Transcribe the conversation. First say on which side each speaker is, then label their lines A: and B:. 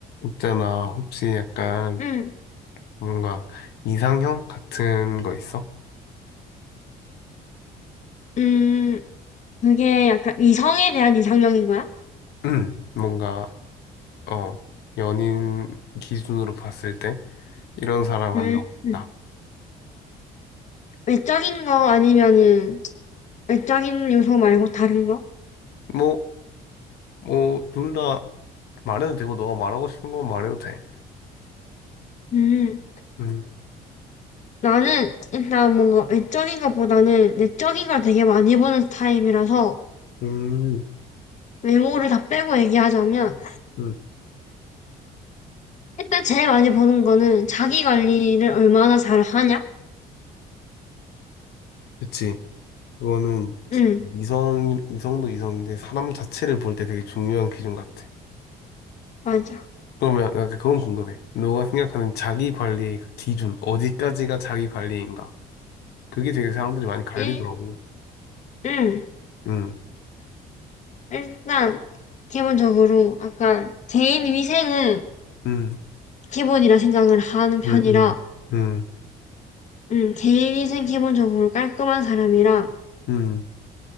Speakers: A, on the left; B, on the left.
A: 있잖아, 혹시 약간
B: 응
A: 뭔가 이상형 같은 거 있어?
B: 음, 그게 약간 이성에 대한 이상형인 거야?
A: <clears throat> 뭔가, 어, 연인 기준으로 봤을 때 이런 사람 만나고
B: 음,
A: 싶다.
B: 음. 외적인 거 아니면은 외적인 요소 말고 다른 거?
A: 뭐, 뭐, 둘 다 말해도 되고, 너가 말하고 싶은 건 말해도 돼.
B: 음,
A: 음,
B: 나는 일단 뭔가 외적인 것보다는 내적인 걸 되게 많이 보는 타입이라서
A: 음,
B: 외모를 다 빼고 얘기하자면
A: 음,
B: 일단 제일 많이 보는 거는 자기 관리를 얼마나 잘 하냐?
A: 그치. 그거는
B: 응
A: 이성, 이성도 이성인데 사람 자체를 볼 때 되게 중요한 기준 같아.
B: 맞아.
A: 그러면, 나 그건 궁금해. 너가 생각하는 자기 관리의 그 기준, 어디까지가 자기 관리인가? 그게 되게 사람들이 많이 갈리더라고.
B: 일, 응
A: 음,
B: 일단 기본적으로 약간 개인 위생은
A: 음,
B: 기본이라 생각을 하는 편이라,
A: 음, 음, 음,
B: 음, 개인위생 기본적으로 깔끔한 사람이랑,
A: 음.